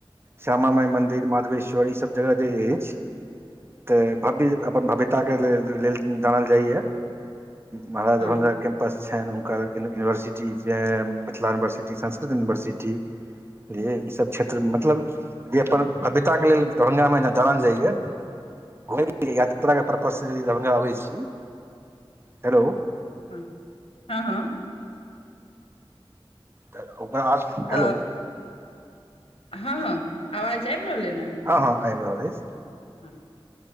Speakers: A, on the right (about 25°); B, on the left (about 80°).
A: श्यामा मइ मन्दिर मधवेश्वर ई सब जगह जे अछि तऽ भी अपन भि क्त के लेल जानल जाइया। महारहाभङ्ा
B: हँ
A: कैम्पस छनि हुनकर university Mithila university Sanskrit university बुझलियै ईसभ क्षेत्र मतलब जे अपन भव्यताके लेल दरभंगामे जे जानल जाइए। हो यात्रा
B: हँ
A: के पर्पस। <inaudible> ै हेलो।
B: ह हँ हँ।
A: हेलो।
B: तऽ
A: हेलो।
B: हँ हँ आवाज आब रहले ने।
A: हँ हँ आबि रहल अछि।
B: ह।